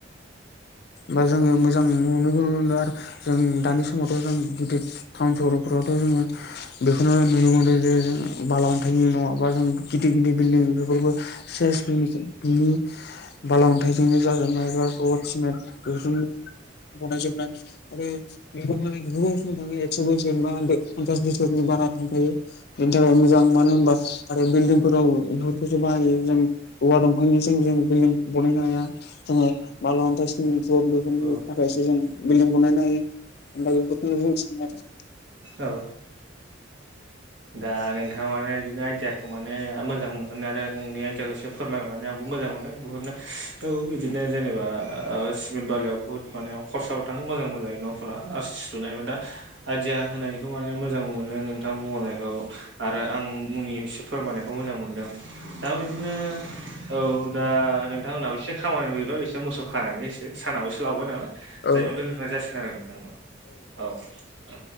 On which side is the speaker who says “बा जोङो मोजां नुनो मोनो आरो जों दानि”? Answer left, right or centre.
Left